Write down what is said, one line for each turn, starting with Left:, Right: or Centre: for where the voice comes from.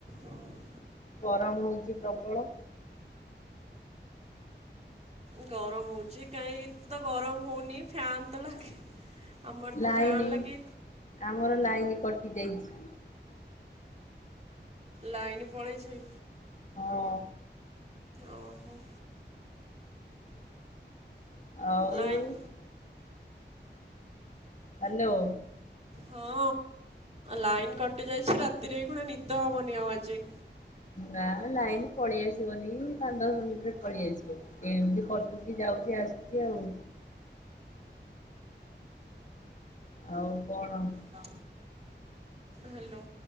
Right: ବସିଛି
Left: ଗରମ ହଉଛି ପ୍ରବଳ।
Right: ଗରମ ହଉଚି କାହିଁ ଏତେ ତ ଗରମ ହଉନି ଫ୍ୟାନ ତ ଲାଗେ ଆମର ତ
Left: ଲାଇନି
Right: ଫ୍ୟାନ୍ ଲାଗି
Left: ଆମର ଲାଇନି କଟି ଯାଇଛି।
Right: ଲାଇନ ପଳେଇଛି।
Left: ହଁ।
Right: ଓହୋ।
Left: ଆଉ।
Right: ଲାଇନ୍
Left: ହ୍ୟାଲୋ।
Right: ହଁ ଲାଇନ କଟି ଯାଇଛି ରାତିରେ ବି ପୁଣି ନିଦ ହବନି ଆଉ ଆଜି।
Left: ନା ଲାଇନ ପଳେଇ ଆସିବନି ପାଞ୍ଚ ଦଶ ମିନଟିରେ ପଳେଇ ଆସିବ। ଏମିତି କଟୁଛି ଯାଉଛି ଆସୁଛି ଆଉ। ଆଉ କଣ?
Right: ହ ହ୍ୟାଲୋ।